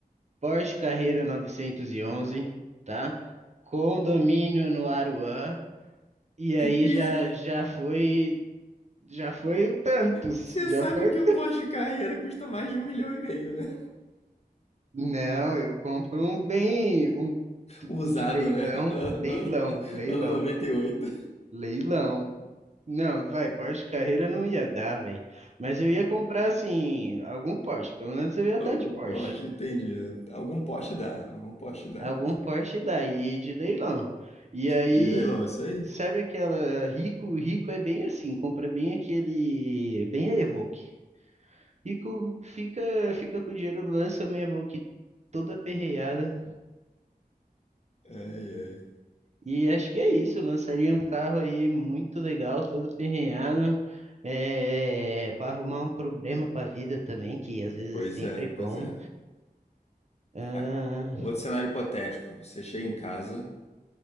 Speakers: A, on the right; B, on the left.
A: Porsche Carrera 911, tá? Condomínio no Aruan e aí
B: E
A: já
B: é,
A: já foi já foi tantos,
B: você
A: já
B: sabe
A: foi.
B: que o pós-carreira custa mais de um milhão e meio, né?
A: Não, eu compro um bem um
B: Usado,
A: de leilão,
B: né?
A: leilão,
B: Ano,
A: leilão,
B: ano 98.
A: leilão. Não, vai, Porsche Carrera não ia dar, velho. Mas eu ia comprar assim algum Porsche, pelo menos eu ia
B: Algum
A: estar de Porsche.
B: Porsche, entendi. Algum Porsche dá, algum Porsche dá.
A: algum Porsche daí de leilão. E aí,
B: De leilão, isso aí.
A: sabe aquela rico, rico é bem assim, compra bem aquele, bem a Evoque. Rico fica fica com o dinheiro, lança uma Evoque toda perreada.
B: Ai, ai.
A: E acho que é isso, lançaria um carro aí muito legal, todo perreado. É, para arrumar um problema para a vida também, que às vezes
B: Pois
A: é sempre
B: é,
A: bom.
B: pois é.
A: Ah,
B: Ah, Outro cenário hipotético. Você chega em casa